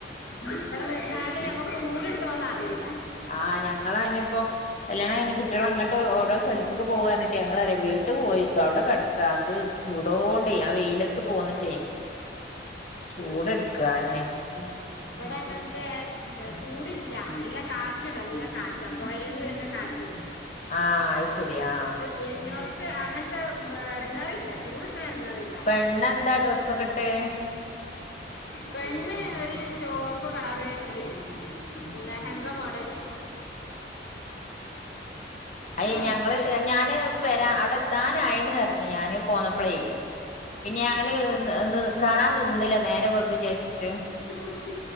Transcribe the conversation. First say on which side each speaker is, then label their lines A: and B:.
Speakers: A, on the left; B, on the left.
A: ഇവിടെ നിന്നാല് നമ്മക്ക് ചൂട് എടുക്കുവൊന്ന്‌ അറിയില്ല.
B: ആ ഞങ്ങള് അയിനിപ്പോ കല്യാണം കഴിഞ്ഞ് കുട്ടികൾ അങ്ങട്ട് ഓരോ സ്ഥലത്തേക്ക് പോകാനിട്ട് ഞങ്ങളറിയ വീട്ട് പോയി അവിടെ കാത്ത് ചൂടോണ്ടെ ആ വെയിലത്ത് പോന്ന്ട്ടേ ചൂടെട്ക്കാ അതെന്നെ.
A: ഉം, വടെ അങ്ങൻത്തെ ഏഹ്, ചൂടില്ല. നല്ല കാറ്റുണ്ട് നല്ല കാറ്റാ. പൊയേന്ന്‌ വെര്നെ കാറ്റെ
B: ആഹ്, അത് ശെരി. ആഹ്
A: വെര്നോൽക്ക് അങ്ങൻത്തെ വെ എടങ്ങേറില്ല. ചൂട് എട്ക്ക്ണ എടങ്ങേറി ല്ല.
B: പെണ്ണെന്താ ഡ്രസ്സൊക്കെ ഇട്ടെ
A: പെണ്ണ് ഒര് ചോപ്പ് കളറ് ഒര് ലഹങ്ക മോഡല്
B: അയി
A: അതാണ്
B: ഞങ്ങള് ഞാന്പ്പ വെരാ അവിടെത്താനായിണ് പർഞ്ഞ് ഞാന് പോന്നപ്പളേ. പിന്നെ ഞങ്ങള് ന്ന് കാണാ നിന്നില്ല നേരം വെയ്കും വിചാരിച്ചിട്ട്.
A: യ് എവിടെത്തി